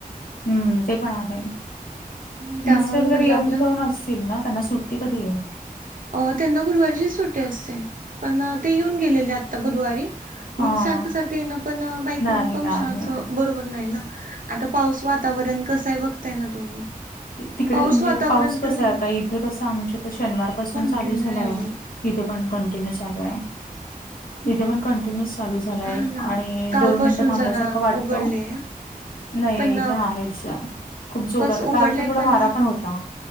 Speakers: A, on the left; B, on the right.
A: हम्म ते पण आहे.
B: हम्म, त्यामुळे
A: मिस्टर
B: म्हटलं
A: घरी येऊन,
B: आपलं
A: जाऊन असतील ना त्यांना सुट्टी कधी आहे?
B: अ त्यांना गुरुवारीचीच सुट्टी असते पण ते येऊन गेलेले आता बुधवारी
A: हा
B: मग सारखं, सारखं आहे ना पण बाईक
A: नाही
B: वरून पावसाचं
A: नाही
B: बरोबर नाही ना. आता पाऊस वातावरण कसय बघताय ना तुम्ही?
A: तिकडे
B: पाऊस
A: तुमच्या
B: वातावरण
A: इथ पाऊस कसा
B: तर
A: आहे आता इथे कसं आमच्या तर शनिवार पासुन
B: कंटिन्यू
A: चालू झालाय
B: आहे ओ
A: तथे पण कंटिन्यू चालू आहे. तथे पण कंटिन्यू चालू झालाय
B: हा ना
A: आणि
B: कालपासून
A: दोन मिनट थांबल्यासारखं
B: जरा
A: वाटतो.
B: उघडलेय
A: नाही,
B: पण
A: नाही इथे आहेच खूप जोरात.
B: कस उघडलंय
A: काल तर थोडा
B: पण
A: वारा होता.